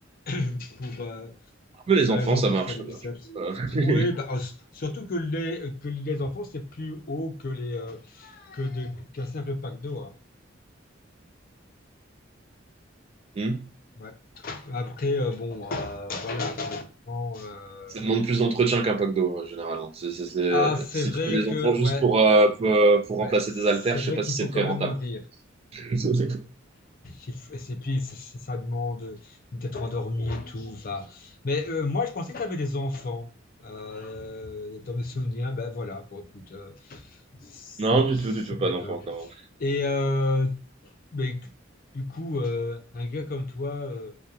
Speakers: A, on the left; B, on the right.
A: <clears throat> pour, euh,
B: Mais les
A: par
B: enfants,
A: exemple,
B: ça
A: pour
B: marche
A: faire les
B: très
A: biceps.
B: bien. je pense. Euh,
A: Oui, bah, euh, surtout que les, que les enfants, c'est plus haut que les, euh, que de qu'un simple pack d'eau. hein.
B: <laughs> hmm.
A: Ouais. Après, euh, bon, euh, voilà. après, maintenant, euh,
B: Ça demande plus d'entretien qu'un pack d'eau, euh, généralement. C'est- c'est- c'est-
A: Ah, c'est
B: Si
A: vrai
B: tu fais des
A: que,
B: enfants juste
A: ouais,
B: pour, euh, pour, euh, pour
A: ouais,
B: remplacer
A: c'est
B: des haltères, je
A: vrai
B: sais pas
A: qu'il
B: si c'est
A: faut
B: très
A: quand même
B: rentable.
A: nourrir.
B: <laughs>
A: Il faut- Et puis, c- c- ça demande d'être endormi et tout. Enfin, mais euh, moi, je pensais que tu avais des enfants. Euh, dans mes souvenirs, ben voilà, bon, écoute, euh, c'est
B: Non, du
A: c'est
B: tout, du tout, pas
A: pas
B: d'enfants
A: grave.
B: encore.
A: Et euh, Mais c- du coup, euh, un gars comme toi, euh,